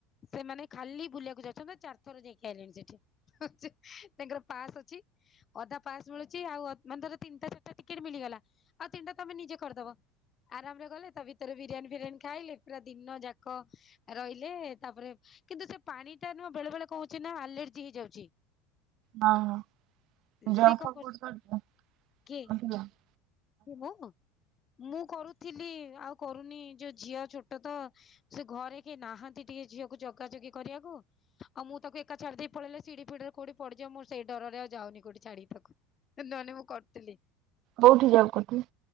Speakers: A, on the left; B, on the right.
A: ସେମାନେ ଖାଲି ବୁଲିବାକୁ ଯାଉଛନ୍ତି। ଚାରି ଥର ଯାଇକି ଆଇିଲଣି ସେଠି ତାଙ୍କର ପାସ୍ ଅଛି। ଅଧା ପାସ୍ ମିଳୁଛି ଆଉ ମାନେ ଧର ତିନିଟା ଚାରିଟା ଟିକେଟ ମିଳିଗଲା ଆଉ ତିନିଟା ତମେ ନିଜେ କରିଦବ। ଆରାମ ରେ ଗଲେ ତା ଭିତରେ ବିରିୟାନୀ ଫିରିୟାନୀ ଖାଇଲେ। ପୁରା ଦିନ ଯାକ ରହିଲେ ତାପରେ କିନ୍ତୁ ସେ ପାଣି ଟା ନୁହଁ ବେଳେ ବେଳେ କହୁଛି ନା ଆଲର୍ଜି ହେଇଯାଉଛି।
B: ହଁ ହଁ ଯଙ୍କ
A: ସେ କଣ କର
B: ଫୁଡ୍।
A: କିଏ
B: <unintelligible>
A: ମୁଁ ମୁଁ କରୁଥିଲି ଆଉ କରୁନି ଯୋଉ ଝିଅ ଛୋଟ ତ। ସେ ଘରେ କେଏ ନାହାନ୍ତି ଟିକେ ଝିଅକୁ ଜଗା ଜଗି କରିବାକୁ। ଆଉ ମୁଁ ତାକୁ ଏକା ଛଡି ଦେଇ ପଳେଇଲେ ସିଢି ଫିଡିରେ କଉଠି ପଡିଯିବ ମୁଁ ସେଇ ଡରରେ ଆଉ ଯାଉନି କୋଉଠି ଛାଡି ତାକୁୁ ନନେ ମୁଁ କରୁଥିଲି।
B: କଉଠି ଯଵ କରୁଥିଲେ?